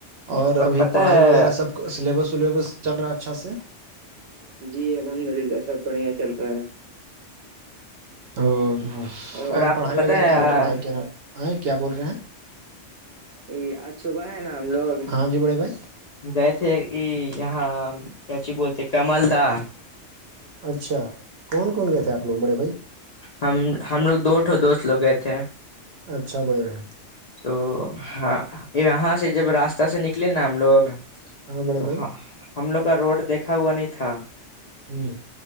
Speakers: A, on the right; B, on the left.
A: اور ابھی
B: پتہ
A: پڑھائی
B: ہے
A: وغیرہ سب سلیبس ولیبس چل رہا اچھا سے جی الحمد للہ سب بڑھیا چل رہا ہے اور اور
B: آپ
A: پڑھائی
B: کو
A: وغیرہ
B: پتہ ہے
A: ارے پڑھائی کیا کیا بول رہے ہیں جی آج صبح ہے نا ہم لوگ ہاں جی بڑے بھائی
B: گئے تھے یہاں کیاچی بولتے کمل دا
A: اچھا کون کون گ تھے آپ لوگ بڑے بھائی
B: ہم ہم لوگ دوٹو دوست لوگ گئے تھے
A: اچھا بڑے رہ ہیں
B: تو ہاں یہاں سے جب راستہ سے نکلے نا ہم لوگ
A: ہاں بڑے
B: تو
A: بھائی
B: ہم لوگ کا روڈ دیکھا ہوا نہیں تھا
A: ہوں